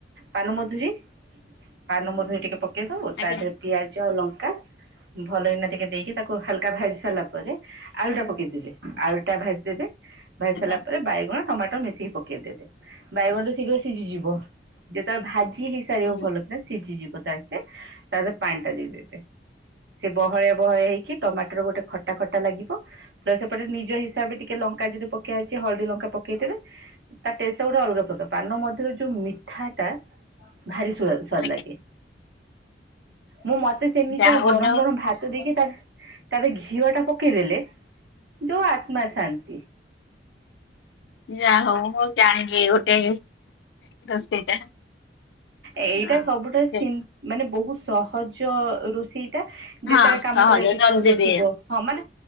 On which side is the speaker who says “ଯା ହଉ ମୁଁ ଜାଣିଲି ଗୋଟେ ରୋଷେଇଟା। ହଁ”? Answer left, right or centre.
Left